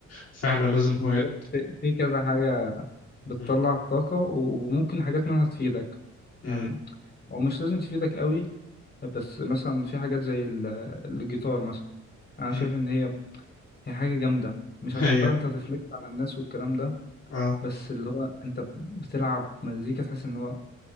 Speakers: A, on the left; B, on the left.
A: فعلا لازم هوايات
B: بالظبط في في كذا حاجة بتطلع
A: مم.
B: الطاقة و- وممكن حاجات منها تفيدك
A: مم.
B: يعني او مش لازم تفيدك قوي بس مثلا في حاجات زي ال- الجيتار مثلا انا
A: مم.
B: شايف ان هي هي حاجة جامدة مش
A: <laughs>
B: عشان
A: أيوة
B: بقى انت هتفلكت على الناس والكلام ده
A: أه
B: بس اللي هو انت بتلعب مزيكا تحس ان هو